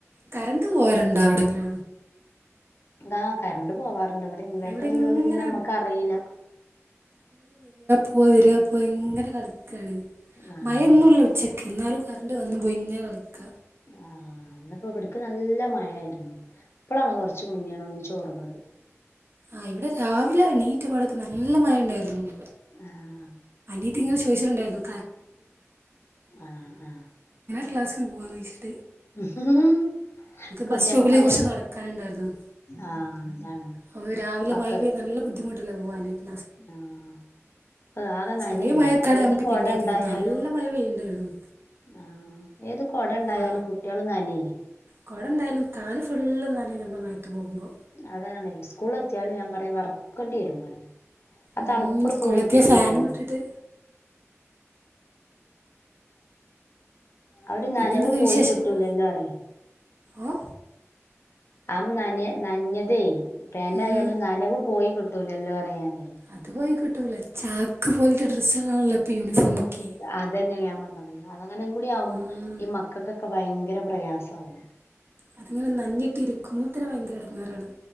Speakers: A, on the right; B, on the left.
A: കരണ്ട് പോഹർണ്ടവിടെ <unintelligible>
B: ഗാ കരണ്ട് പോവാറ ഇണ്ട് ഇവ്ടെ ഇൻവേട്ട്രർല്ലോണ്ട്
A: ഇവിടെ ഇങ്ങനെ
B: പിന്നെ അമ്മക്ക് അ റീല്ല
A: പോവ വര്യ പോവ ങ്ങനെ <unintelligible> കളി ക്കാണ്
B: ആഹ്
A: മഴ ഇന്നുല്ല ഉച്ചക്ക് ന്നാലും കരണ്ട് വന്നും പോയി ഇങ്ങനെ കളിക്ക
B: ആഹ് ഇന്ന്പ്പോ ഇബട്ക് നല്ല മഴായിരുന്നു ഇപ്പളാണ് കൊറ്ച്ച് മുന്നേണൊന്ന് ചോർന്നത്
A: ആഹ് ഇവ്ടെ രാവിലെ എണീറ്റപാടൊക്കെ നല്ല മഴ ഉണ്ടായിരുന്നു
B: ആഹ്
A: ഇതിങ്ങനെ ചോയിചെലുണ്ടായിരുന്നു
B: ആഹ് ആഹ്
A: ക്ലസിന് പോ <unintelligible> ല്ലെ
B: ഹ് ഹ് ഹ്കുട്ട്യേക്ക്
A: ബസ് സ്റ്റോപ്പിലേ
B: മഴ
A: കുറച്ച് നടക്കാനുണ്ടായിരുന്നു
B: ആഹ് അതാണ്
A: അപ്പോൾ രാവിലെ
B: മക്കക്
A: മഴ പെയ്ത് <inaudible>
B: ആഹ് അതാ നനയില്ലേ
A: ചെറിയ മഴയൊക്കെയാണെ
B: ഏത്
A: നമുക്ക്
B: കൊട
A: പിന്നെയൊക്കെ
B: എണ്ടായാലും
A: ഇത് നല്ല മഴ പെയ്യുന്നുണ്ടായിരുന്നു
B: ആ ഏത് കൊട എണ്ടായാലും
A: ആ
B: കുട്ടികള് നനയേ
A: കുട എണ്ടായാലും കാല് ഫുള്ള് നനയും നമ്മള് മഴയത്ത് പോകുമ്പോ
B: അതാണേ സ്കൂള് എത്തിയാലും ഞാൻ പറയും <unintelligible> ആ
A: ഉം
B: തണുപ്പള്
A: സ്കൂളിലെത്തിയ
B: പോയി കിട്ടൂലല്ലോ
A: ഫാനും ഇട്ടിട്ട്
B: ആ ഒരു നനവ്
A: പിന്നെന്തൊക്കെ
B: പോയി
A: വിശേഷങ്ങൾ
B: കിട്ടൂലല്ലോ <unintelligible>
A: ഓ
B: ആ നനയാ നനഞ്ഞതേയ് പാന്റായാലും
A: ഉം
B: നനവ് പോയി കി ട്ടൂലല്ലോ പറയാ <unintelligible>
A: അത് കിട്ടൂല ചാക്ക് പോലത്തെ ഡ്രസ്സുകളാണല്ലോ ഇപ്പൊ യൂണിഫോമൊക്കെ
B: അതന്നെ ഞാൻ പറഞ്ഞത് അങ്ങനെയും കൂടി ആവുമ്പോ
A: ഉം
B: ഈ മക്കൾക്കൊ ക്കെ ഭയങ്കര പ്രയാസാവും
A: അതിങ്ങനെ നനഞ്ഞിട്ടിരിക്കുമ്പൊ തന്നെ ഭയങ്കര ഇടങ്ങേറാണ്